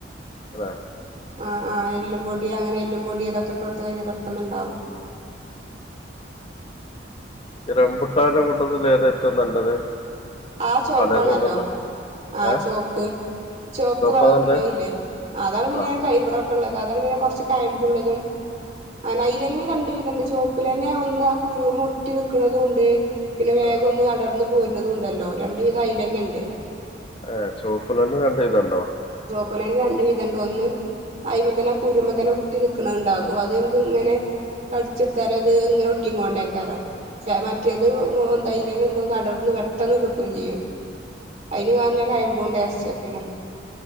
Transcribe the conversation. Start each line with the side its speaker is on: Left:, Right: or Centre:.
Left: അല്ലെ
Right: അ ആ എല്ലും പൊടി
Left: ആ
Right: അങ്ങനെ എല്ലും പൊടി ഇതൊ അത് ഇട്ട് കൊടുത്ത് കഴിഞ്ഞാൽ പെട്ടെന്ന് ഉണ്ടാവും
Left: ഇ റംബൂട്ടാൻ കൊ അതിന് ഏതാ ഏറ്റവും നല്ലത്
Right: ആ
Left: ഇപ്പൊ
Right: ചുവപ്പ്
Left: പലതും
Right: ആണല്ലോ
Left: ഉണ്ടല്ലോ
Right: ആ
Left: ഏഹ്
Right: ചുവപ്പ് ചുവപ്പ്
Left: ചുവപ്പാ
Right: കളർ
Left: നല്ലേ
Right: ഉള്ളേതില്ലേഅതാണ് പിന്നെ
Left: ആ
Right: തൈ ഇവിടെ ഉള്ളത് അതാണ് പിന്നെ കുറച്ച് കയ്മ്പ ഉള്ളതും അങ്ങനെ അയിലന്ന രണ്ട് വിധണ്ട് ചുവപ്പ് അയിലെന്നെ ഒന്ന് ആ കുരുമെ ഒട്ടി നിൽക്കുന്നതുണ്ട് പിന്നെ വേഗം
Left: ആ
Right: ഒന്ന് അടർന്ന് പോരുന്നത് ഉണ്ട് ല്ലോ രണ്ടുവിധ ഐലന് ഉണ്ട്
Left: ആ ചുവപ്പ് കളറിന് സെയിൽ ഉണ്ടോ
Right: അതുപോലെതന്നെ രണ്ടുവിധമുണ്ട് ഒന്ന് അയ്മതന്നെ കുരുമ തന്നെ ഒട്ടിനിൽക്കണണ്ടാവും അത് ത് ഇങ്ങനെ ച്ച് ടുത്താലത് ഇങ്ങനെ ഒട്ടിയും കൊണ്ട് കയറാം മറ്റേത് എന്തായപെട്ടെന്ന് അടർന്ന് കിട്ടുകയും ചെയ്യും അതിന് നല്ലകയ്മ്പും ടേസ്റ്റ പിന്നെ